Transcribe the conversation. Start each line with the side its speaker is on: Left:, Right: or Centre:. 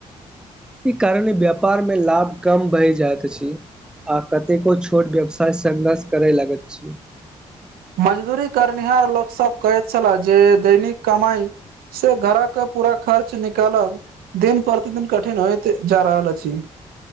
Centre: ई कारणे व्यापार मे लाभ कम भहि जाइत अछि आ कतेको छोट व्यवसाय संघर्ष करय लगैत छै
Right: मजदूरी करनिहार लोकसभ कहैत छले जे दैनिक कमाई सो घरा के पूरा खर्च निकालब दिन प्रतिदिन कठिन होइत जा रहल अछि